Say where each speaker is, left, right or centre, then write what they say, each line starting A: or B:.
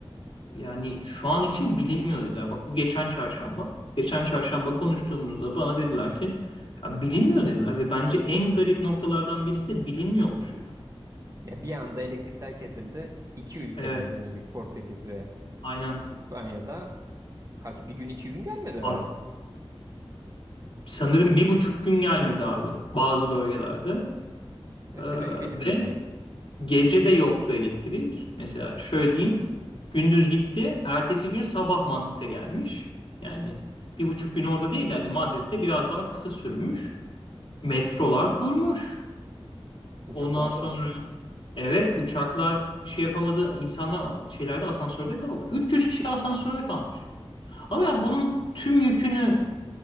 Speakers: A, on the left; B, on the right.
A: yani şu an için bilinmiyor dediler. Bak bu geçen çarşamba. Geçen çarşamba konuştuğumuzda bana dediler ki "Ya bilinmiyor dediler ve bence en garip noktalardan birisi de bilinmiyor oluşuydu.
B: Ya bir anda elektrikler kesildi. İki ülkede
A: Evet,
B: genellik Portekiz ve
A: aynen.
B: İspanya'da Kaç bir gün iki gün gelmedi herhalde.
A: Hat- Sanırım bir buçuk gün gelmedi abi bazı bölgelerde.
B: E,
A: Ee,
B: sebebi bilinmiyor
A: ve
B: yani.
A: Gece de yoktu elektrik. Mesela şöyle diyeyim. Gündüz gitti. Ertesi gün sabah Madrid'e gelmiş. Yani bir buçuk gün orada değil. Yani Madrid'de biraz daha kısa sürmüş. Metrolar durmuş.
B: Uçaklarda
A: Ondan sonra evet uçaklar şey yapamadı. İnsanlar şeylerde asansörde kaldı. 300 kişi asansörde kalmış. Ama ya bunun tüm yükünü